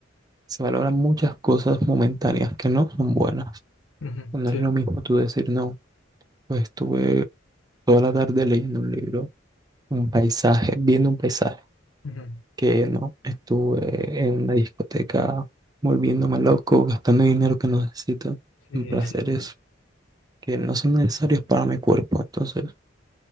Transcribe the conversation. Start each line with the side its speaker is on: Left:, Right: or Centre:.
Right: se valoran muchas cosas momentáneas que no son buenas.
Left: Ujú,
Right: No
Left: Sí.
Right: es lo mismo tú decir, no, pues estuve toda la tarde leyendo un libro un paisaje, viendo un paisaje,
Left: Ujú.
Right: que no estuve en una discoteca volviéndome loco, gastando dinero que no necesito,
Left: Sí,
Right: en placeres
Left: sí, sí.
Right: que no son necesarios para mi cuerpo. Entonces,